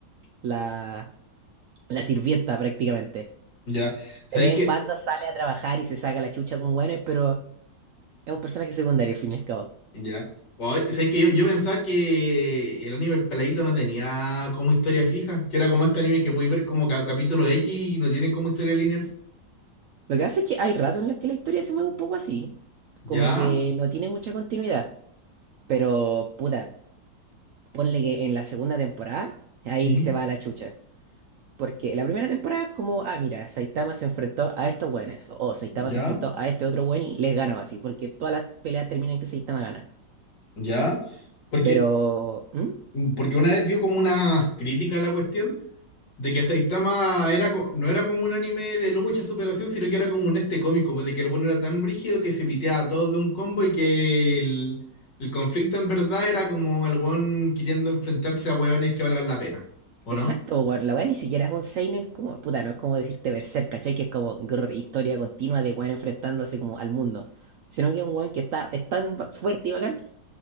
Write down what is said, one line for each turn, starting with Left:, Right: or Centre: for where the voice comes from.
Right: la, la sirvienta prácticamente.
Left: ¿Ya? ¿Sabéis
Right: De vez
Left: que
Right: en cuando sale a trabajar y se saca la chucha con weones, pero es un personaje secundario al fin y al cabo.
Left: Ya. Oye, sé que yo, yo pensaba que el anime El Peladito no tenía como historia fija, que era como este anime que podéis ver como ca- capítulo X y no tiene como historia lineal.
Right: Lo que hace es que hay ratos en los que la historia se mueve un poco así,
Left: Ya,
Right: como que no tiene mucha continuidad. Pero, puta, ponle que en la segunda temporada, ahí
Left: ujú,
Right: se va a la chucha. Porque la primera temporada es como, ah, mira, Saitama se enfrentó a estos buenos, o Saitama
Left: ya,
Right: se enfrentó a este otro buen y les ganó así, porque todas las peleas terminan en que Saitama gana.
Left: ya. Porque,
Right: Pero, ¿Mm?
Left: mm, porque una vez vio como una crítica a la cuestión. De que Saitama era, co- no era como un anime de lucha superación, sino que era como un este cómico, pues de que el bueno era tan brígido que se piteaba a todos de un combo y que el, el conflicto en verdad era como el one queriendo enfrentarse a hueones que valgan la pena, ¿o no?
Right: Exacto, weón, la weá ni siquiera es un seinen como, puta, no es como decirte Berserk, ¿cachai? Que es como grr, historia continua de weón enfrentándose como al mundo. Sino que es un weón que está, es tan ba- fuerte y bacán